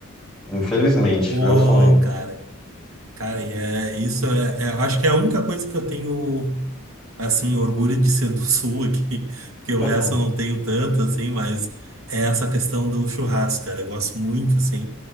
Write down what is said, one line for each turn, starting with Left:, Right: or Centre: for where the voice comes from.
Centre: Infelizmente,
Right: Ô,
Centre: meu sonho.
Right: cara, cara, e é, isso é, é- acho que é a única coisa que eu tenho. assim, orgulho de ser do sul aqui, <laughs> porque
Centre: <laughs>
Right: o resto eu não tenho tanto, assim, mas é essa questão do churrasco, cara, eu gosto muito, assim,